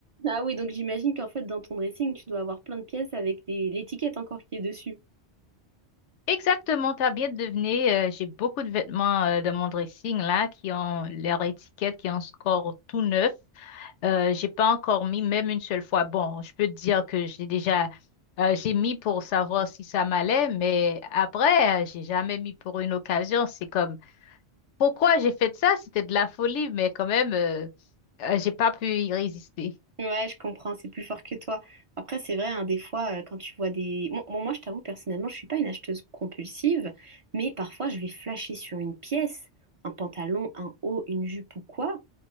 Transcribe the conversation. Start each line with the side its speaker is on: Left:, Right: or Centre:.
Right: Ah oui, donc j'imagine qu'en fait, dans ton dressing, tu dois avoir plein de pièces avec des... l'étiquette encore qui est dessus.
Left: Exactement, t'as bien deviné. euh, j'ai beaucoup de vêtements euh, de mon dressing là qui ont leur étiquette qui ont encore tout neuf. Euh, j'ai pas encore mis même une seule fois. Bon, je peux te dire que j'ai déjà euh, j'ai mis pour savoir si ça m'allait, mais après euh, j'ai jamais mis pour une occasion. C'est comme pourquoi j'ai fait ça? C'était de la folie, mais quand même euh, euh, j'ai pas pu y résister.
Right: Ouais, je comprends, c'est plus fort que toi. Après, c'est vrai, hein, des fois, euh, quand tu vois des... Bon, bon, moi, je t'avoue, personnellement, je suis pas une acheteuse compulsive, mais parfois, je vais flasher sur une pièce, un pantalon, un haut, une jupe ou quoi,